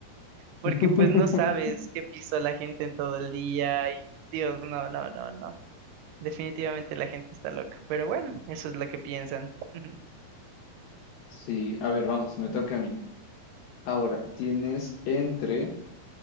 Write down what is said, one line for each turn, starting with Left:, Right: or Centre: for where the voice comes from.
Right: porque
Left: <laughs>
Right: pues no sabes qué pisó la gente en todo el día y Dios, no, no, no, no. Definitivamente la gente está loca, pero bueno, eso es lo que piensan. <laughs>
Left: Sí, a ver, vamos, me toca a mí. Ahora, tienes entre